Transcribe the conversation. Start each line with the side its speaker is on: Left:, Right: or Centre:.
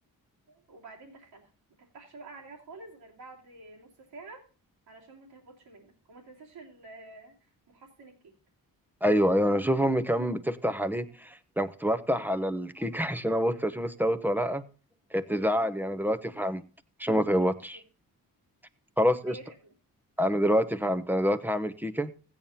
Right: وبعدين دخلها ما تفتحش بقى عليها خالص غير بعد نص ساعة علشان ما تهبطش منك وما تنساش ال- محسن الكيك
Centre: أيوه أيوه أنا أشوف أمي كمان بتفتح عليه لما كنت بفتح على الكيكة <laughs> عشان أبص أشوف استوت ولا لأ كانت تزعق لي أنا دلوقتي فهمت عشان ما تغلطش
Right: أيوة.
Centre: خلاص قشطة
Right: اي خدمة
Centre: أنا دلوقتي فهمت أنا دلوقتي هعمل كيكة